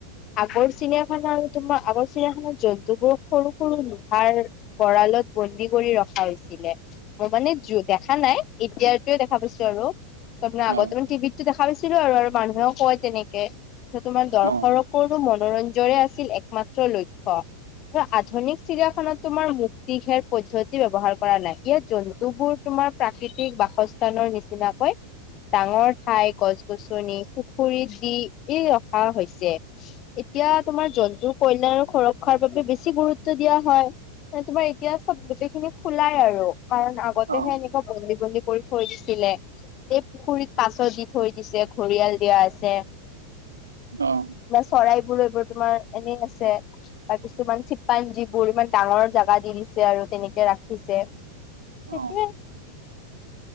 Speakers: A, on the left; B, on the right.
A: আগৰ চিৰিয়াখানা আৰু তোমাৰ আগৰ চিৰিয়াখানাত জন্তুবোৰ সৰু সৰু লোহাৰ গড়াল বিলাক বন্দী কৰি ৰখা হৈছিলে। মই মানে দেখা নাই। এতিয়াৰটো দেখা পাইছোঁ আৰু তাৰমানে আগতেও
B: অ
A: টিভিতটো দেখা পাইছিলোঁ আৰু মানুহেও কয় তেনেকে তোমাৰ দৰ্শ
B: অ
A: মনোৰঞ্জয়ে আছিল একমাত্ৰ লক্ষ্য। ইয়াত আধুনিক চিৰিয়াখানাত তোমাৰ মুক্তি ঘেৰ পদ্ধতি ব্যৱহাৰ কৰা নাই। ইয়াত জন্তু বোৰ তোম তোমাৰ প্ৰাকৃতিক বাসস্থানৰ নিচিনাকৈ ডাঙৰ ঠাই, গছ-গছনি, পুখুৰীত দি এই ৰখা হৈছে। এতিয়া, তোমাৰ জন্তুৰ কল্যাণ আৰু সুৰক্ষাৰ বাবে বেছি গুৰুত্ব দিয়া হয়। মানে তোমাৰ এতিয়া চ'ব গোটেই খিনি খোলাই আৰু কাৰণ আগতেহে
B: অ
A: এনেকুৱা বন্দী বন্দী কৰি থৈয় দিছিলে। এই পুখুৰীত কাছ দি থৈ দিছে, ঘৰিয়াল দিয়া আছে।
B: অহ'
A: ইমান চৰাই বোৰ এইবোৰ তোমাৰ এনেই আছে। বা কিছুমান চিম্পাঞ্জিবোৰ ইমান ডাঙৰ জাগাত দি দিছে আৰু তেনেকে ৰাখিছে। সেইটোৱে,
B: অ।